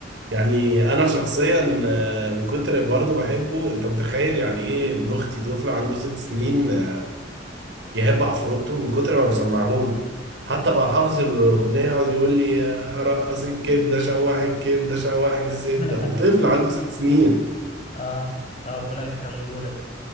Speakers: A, on the right; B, on the left.
A: يعني انا شخصيا آه، من كتر برضه بحبه انت متخيل يعني ايه ابن اختي طفل عنده ست سنين آه، يحب عفروتو من كتر ما بسمعه له حتى بقى حافظ الاغنيه يقعد يقول لي آه، رقص الكبده شوح الكبده شوح الزبده
B: اه
A: وطفل عنده ست سنين
B: آه، ربنا يخليه لك